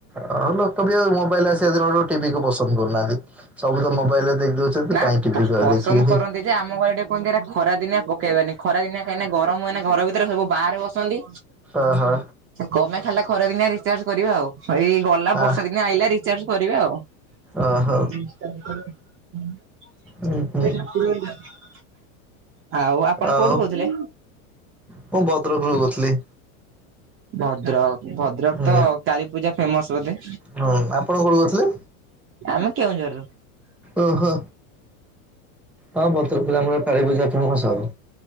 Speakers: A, in the centre; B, on the right.
A: ହଁ ଲୋକ ବି ଆଉ ମୋବାଇଲ ଆସିବା ଦିନରୁ ଟିଭିକୁ ପସନ୍ଦ କରୁନାହାନ୍ତି। ସବୁ ତ ମୋବାଇଲ ରେ ଦେଖି ଦଉଛନ୍ତି
B: ନା
A: କାହିଁ ଟିଭି
B: ପସନ୍ଦ
A: ଦେଖିବେ?
B: କରନ୍ତି ଯେ ଆମ ଘରେ ଟିକେ କୁହନ୍ତି ଏରା ଖରା ଦିନିଆ ପକେଇବାନି ଖରା ଦିନିଆ କାଁହିନା ଗରମ ହୁଏ ନା ଘର ଭିତରେ ସବୁ ବାହାରେ ବସନ୍ତି
A: ଓହୋ।
B: କଣ ପାଇଁ ଖାଲିଟା ଖରାଦିନିଆ ରିଚାର୍ଜ କରିବା ଆଉ। ଏଇ ଗଲା
A: ଆ
B: ବର୍ଷା ଦିନିଆ ଆଇଲା ରିଚାର୍ଜ କରିବା ଆଉ। <unintelligible>
A: ଓହୋ ଉଁ ହୁଁ
B: ଆଉ ଆପଣ
A: ଆଉ
B: କୋଉଠୁ କହୁଥିଲେ?
A: ମୁଁ ଭଦ୍ରକରୁ କହୁଥିଲି।
B: ଭଦ୍ରକ ଭଦ୍ରକ
A: ହୁଁ
B: ତ କାଳୀ ପୂଜା ଫେମସ ବୋଧେ?
A: ହୁଁ ଆପଣ କୋଉଠୁ କହୁଥିଲେ
B: ଆମେ କେଉଁଝରରୁ।
A: ଓହୋ ହଁ ଭଦ୍ରକରେ ଆମର କାଳୀପୂଜା ଫେମସ ଆଉ।